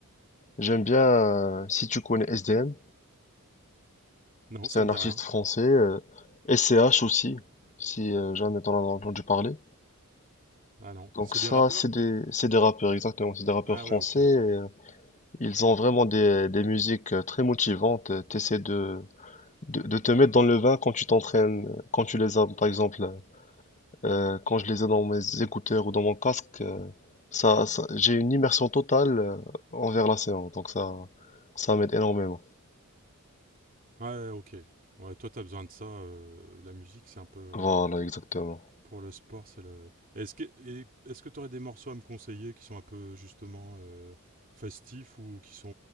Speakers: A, on the left; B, on the right.
A: J'aime bien, euh, si tu connais S D M
B: non
A: c'est
B: ça
A: un
B: me
A: artiste
B: dit rien.
A: français, euh, S C H aussi, si euh, jamais t'en as entendu parler.
B: Ah non
A: Donc
B: c'est
A: ça,
B: des rappeurs.
A: c'est des, c'est des rappeurs, exactement, c'est des rappeurs
B: Ah
A: français.
B: ouais ok.
A: Ils ont vraiment des, des musiques euh, très motivantes. euh, T'essaies de, de, de te mettre dans le vin quand tu t'entraînes, euh, quand tu les as, par exemple, euh, quand je les ai dans mes écouteurs ou dans mon casque, euh, ça, ça- j'ai une immersion totale euh, envers la séance. Donc ça, ça m'aide énormément.
B: Ouais ok. Ouais toi t'as besoin de ça. euh, la musique c'est un peu euh,
A: Voilà, exactement.
B: pour le sport c'est le. Est-ce que et- est-ce que t'aurais des morceaux à me conseiller qui sont un peu justement euh, festifs ou qui sont